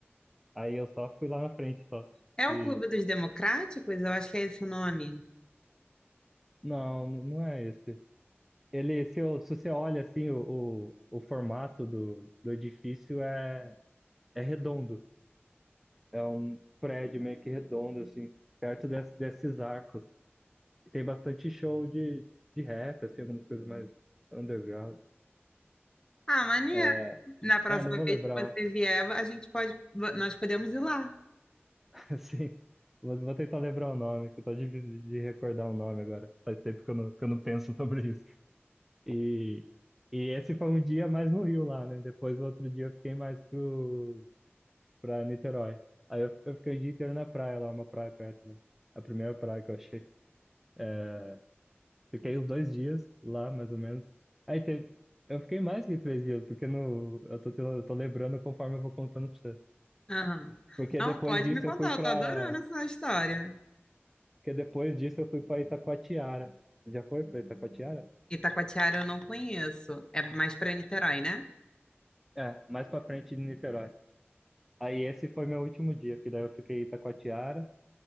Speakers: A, in the centre; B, on the left (about 20°).
A: Aí eu só fui lá na frente só.
B: É
A: E.
B: o Clube dos Democráticos? Eu acho que é esse o nome.
A: Não, não não é esse. Ele, se, eu- se você olha assim, o, o, o formato do, do edifício é, é redondo. É um prédio meio que redondo, assim, perto desse- desses arcos. E tem bastante show de, de rap, assim, alguma coisa mais underground.
B: Ah, maneiro.
A: É,
B: Na próxima
A: É, não vou lembrar,
B: vez que você
A: o-
B: vier, a gente pode, nós podemos ir lá.
A: <laughs> assim, vou vou tentar lembrar o nome, que tá difícil de recordar o nome agora. Faz tempo que eu não, que eu não penso sobre isso. E, e esse foi um dia mais no Rio lá, né? Depois, o outro dia, eu fiquei mais pro, pra Niterói. Aí eu, eu fiquei o dia inteiro na praia lá, uma praia perto lá. A primeira praia que eu achei. É, Fiquei os dois dias lá, mais ou menos. Aí teve. Eu fiquei mais que três dias, porque no, eu tô, tendo- eu tô lembrando conforme eu vou contando pra você.
B: Aham.
A: Porque
B: Não,
A: depois
B: pode
A: disso
B: me contar,
A: eu fui
B: eu
A: pra,
B: tô adorando essa história.
A: Porque depois disso eu fui para Itacoatiara. Você Já foi para Itacoatiara?
B: Itacoatiara eu não conheço, é mais para Niterói, né?
A: É, mais para frente de Niterói. Aí esse foi meu último dia, que daí eu fiquei em Itacoatiara,